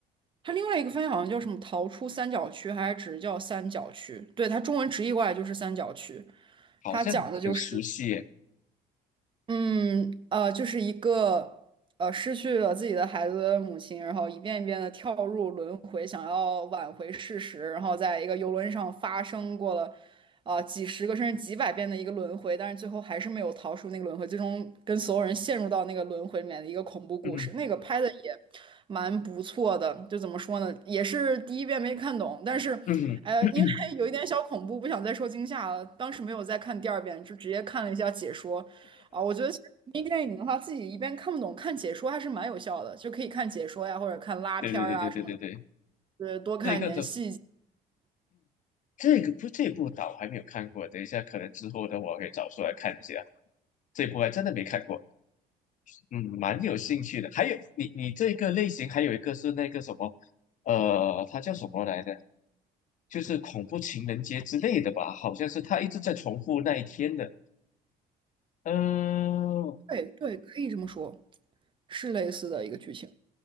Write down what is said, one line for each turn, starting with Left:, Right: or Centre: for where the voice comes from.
Right: 它另外一个翻译好像叫什么“逃出三角区”，还是只是叫“三角区”？对，它中文直译过来就是“三角区”。
Left: 好像很熟悉耶。
Right: 它讲的就是，嗯，呃，就是一个呃失去了自己的孩子的母亲，然后一遍一遍的跳入轮回，想要挽回事实，然后在一个游轮上发生过了呃几十个甚至几百遍的一个轮回，但是最后还是没有逃出那个轮回，最终跟所有人陷入到那个轮回里面的一个恐怖故事。
Left: 嗯
Right: 那个拍的也蛮不错的，就怎么说呢，也是第一遍没看懂，但是。
Left: 嗯，
Right: 呃，
Left: <clears throat>
Right: 因为有一点小恐怖，不想再受惊吓了。当时没有再看第二遍，就直接看了一下解说。啊，我觉得其实迷电影的话，自己一边看不懂，看解说还是蛮有效的，就可以看解说呀，或者看拉片儿啊什么的，
Left: 对对对对对对对，
Right: 对，多看一点细节。
Left: 这个的这个不这部倒还没有看过，等一下可能之后的我可以找出来看一下。这部还真的没看过，嗯，蛮有兴趣的。还有你你这个类型还有一个是那个什么，呃，它叫什么来着？就是恐怖情人节之类的吧，好像是他一直在重复那一天的。嗯、
Right: 对对，可以这么说，是类似的一个剧情。